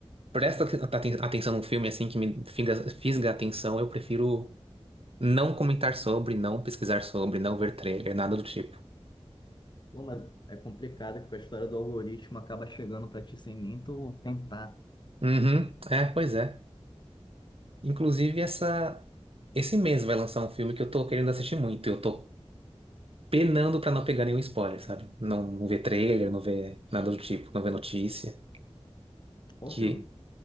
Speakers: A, on the right; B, on the left.
A: presto aten- aten- atenção num filme assim que me figa- fisga a atenção, eu prefiro não comentar sobre, não pesquisar sobre, não ver trailer, nada do tipo.
B: Pô, mas é complicado porque a história do algoritmo acaba chegando pra ti sem nem tu tentar.
A: Uhum, é, pois é. Inclusive, essa, esse mês vai lançar um filme que eu tô querendo assistir muito. Eu tô penando pra não pegar nenhum spoiler, sabe? Não, não ver trailer, não ver nada do tipo, não ver notícia.
B: Qual
A: Que
B: filme?